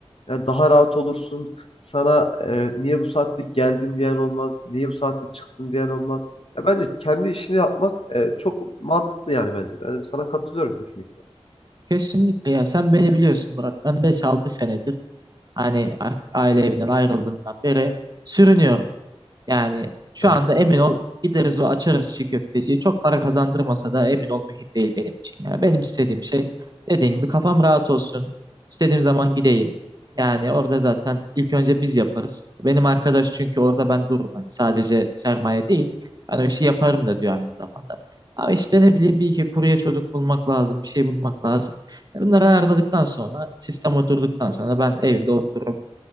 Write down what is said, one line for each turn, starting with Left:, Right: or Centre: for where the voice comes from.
Left: Yani daha rahat olursun. Sana e, niye bu saatte geldin diyen olmaz. Niye bu saatte çıktın diyen olmaz. Ya bence kendi işini yapmak e, çok mantıklı yani bence. Yani sana katılıyorum kesinlikle.
Right: Kesinlikle ya sen beni biliyorsun Murat. Ben 5-6 senedir Hani artık aile evinden ayrıldığından beri sürünüyorum. Yani şu
Left: Evet,
Right: anda emin ol gideriz o açarız çiğ köfteciyi. Çok para kazandırmasa da emin ol mühim değil benim için. Yani benim istediğim şey dediğim gibi kafam rahat olsun. İstediğim zaman gideyim. Yani orada zaten ilk önce biz yaparız. Benim arkadaş çünkü orada ben dururum. Hani sadece sermaye değil. Ben o işi yaparım da diyor aynı zamanda. Ama işte ne bileyim bir iki kurye çocuk bulmak lazım. Bir şey bulmak lazım. Bunları ayarladıktan sonra sistem oturduktan sonra ben evimde otururum